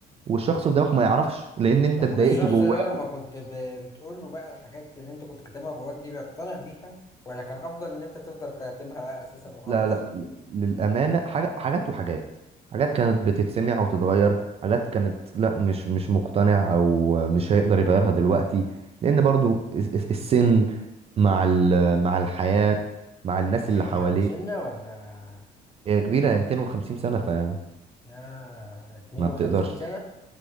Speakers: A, on the right; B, on the left.
A: والشخص قدامك ما يعرفش لان انت
B: طب
A: اتضايقت
B: والشخص
A: جواه
B: ده لما كنت ب... بتقول له بقى الحاجات اللي انت كنت كاتمها جواك دي بيقتنع بيها ولا كان افضل ان انت تفضل كاتمها بقى اساسا وخلاص
A: لا لا للأمانة حاجة حاجات وحاجات حاجات كانت بتتسمع وتتغير حاجات كانت لا مش مش مقتنع أو مش هيقدر يغيرها دلوقتي لأن برضو الس- الس- السن مع ال- مع الحياة مع الناس
B: <laughs> هي
A: اللي حواليه
B: مسنة ولا
A: هي كبيرة هي 250 سنة فما
B: يا 52
A: بتقدرش
B: سنة